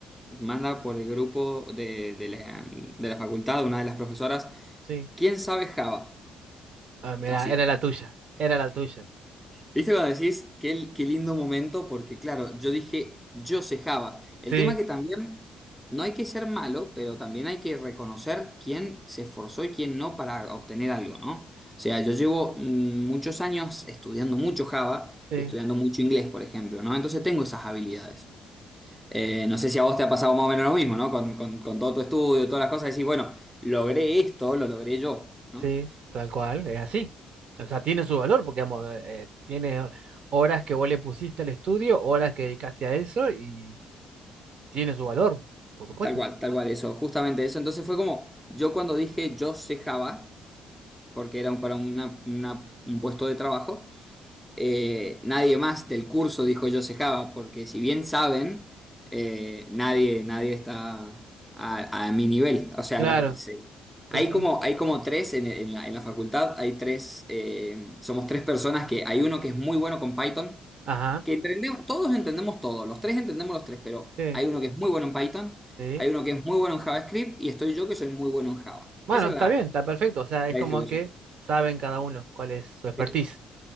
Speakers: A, in the centre; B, on the right.
A: manda por el grupo de, de la, de la facultad, una de las profesoras,
B: sí.
A: ¿quién sabe Java?
B: Ah, mira,
A: Así.
B: era la tuya, era la tuya.
A: ¿Viste cuando decís qué, qué lindo momento? Porque claro, yo dije, yo sé Java. El
B: Sí,
A: tema que también no hay que ser malo, pero también hay que reconocer quién se esforzó y quién no para obtener algo, ¿no? O sea, yo llevo mm, muchos años estudiando mucho Java
B: sí,
A: y estudiando mucho inglés, por ejemplo, ¿no? Entonces tengo esas habilidades. Eh, no sé si a vos te ha pasado más o menos lo mismo, ¿no? Con, con- con todo tu estudio, todas las cosas, decís, bueno, logré esto, lo logré yo, ¿no?
B: sí, tal cual, es así. O sea, tiene su valor porque, digamos, eh, tiene horas que vos le pusiste al estudio, horas que dedicaste a eso y tiene su valor, por supuesto.
A: Tal cual, tal cual, eso, justamente eso. Entonces fue como, yo cuando dije yo sé Java, porque era un- para una- una- un puesto de trabajo, eh, nadie más del curso dijo yo sé Java, porque si bien saben, eh, nadie, nadie está a, a mi nivel. O sea,
B: Claro,
A: los- se-
B: Sí,
A: hay
B: sí.
A: como, hay como tres en, en la, en la facultad, hay tres, eh, somos tres personas que hay uno que es muy bueno con Python,
B: Ajá.
A: que entendemos, todos entendemos todo, los tres entendemos los tres, pero
B: Sí,
A: hay uno que es muy bueno en Python,
B: sí.
A: hay uno que es muy bueno en JavaScript y estoy yo que soy muy bueno en Java.
B: Bueno,
A: Esa
B: está
A: es la,
B: bien, está perfecto. O sea, es
A: la
B: como
A: distribución.
B: que saben cada uno cuál es su expertise.
A: Eh,